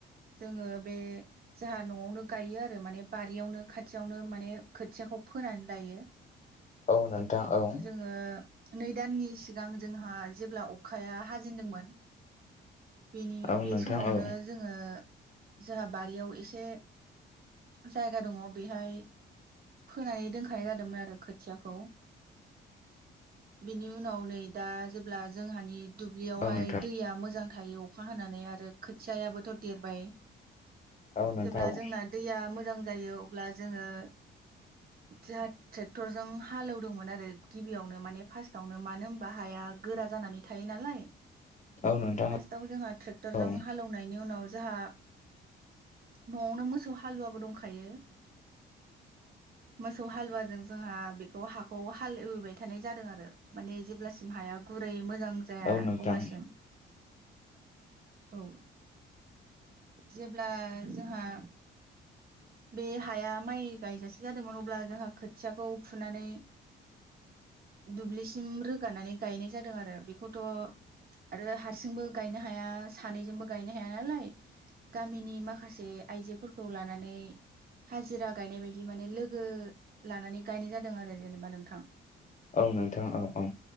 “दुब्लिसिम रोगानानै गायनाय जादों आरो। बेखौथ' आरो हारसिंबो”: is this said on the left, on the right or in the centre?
Right